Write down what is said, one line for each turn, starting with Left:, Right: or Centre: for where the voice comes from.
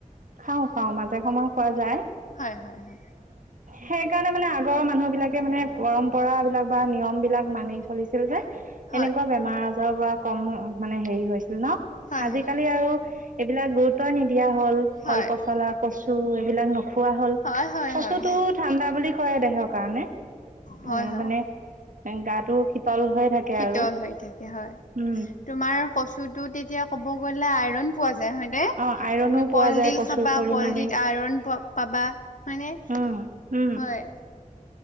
Right: খাও-খাও মাজে সময়ে খোৱা যায়।
Left: হয়-হয়-হয়।
Right: সেই কাৰণে মানে আগৰ মানুহ বিলাকে মানে পৰম্পৰা বিলাক বা নিয়ম বিলাক মানি চলিছিল যে।
Left: হয়
Right: এনেকুৱা বেমাৰ আজৰ পৰা কম মানে হেৰি হৈছিল ন
Left: হয়
Right: আজিকালি আৰু এইবিলাক গুৰুত্ব নিদিয়া হল
Left: হয়
Right: কল পচলা কচু এইবিলাক ন খোৱা হল
Left: হয় হয় হয়
Right: কচুতটো
Left: হয়
Right: ঠাণ্ডা বুলি কয় দেহৰ কাৰণে।
Left: হয়
Right: অ,
Left: হয়
Right: মানে গাটো শীতল হৈ থাকে
Left: শীতল
Right: আৰু
Left: হৈ থাকে হয়
Right: উম,
Left: তোমাৰ কচুটো তেতিয়া ক'ব গ'লে আইৰণ পোৱা হয়নে
Right: অ',
Left: তুমি
Right: আইৰনো পোৱা
Left: কলডিল
Right: যায় প্ৰচুৰ
Left: খাবা
Right: পৰিমাণে
Left: কলডিত আইৰন প পাবা হয়নে।
Right: উম, উম।
Left: হয়।